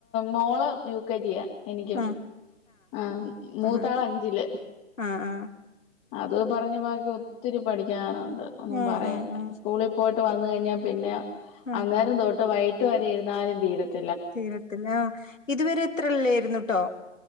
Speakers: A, on the left; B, on the left.
A: മോള് യൂകെജിയാ എനിക്കും
B: ഉം
A: ആഹ് മൂത്താളഞ്ച്ല്.
B: ആഹ് ആഹ് ആഹ്
A: അതു ഈ പറഞ്ഞബാക്കി ഒത്തിരി പഠിക്കാനൊണ്ട് ഒന്നുംപറയണ്ട
B: ഉം ഉം ഉം
A: സ്കൂളിൽപോയ്ട്ട് വന്ന്കഴ്ഞ്ഞാപിന്നെ
B: ഉം
A: അന്നേരംതൊട്ട് വൈകിട്ട് വരെ ഇരുന്നാലും തീരത്ത്
B: തീരത്തില്ല ആഹ് ഇതുവരെത്രല്ലെയ്ര്ന്നുട്ടോ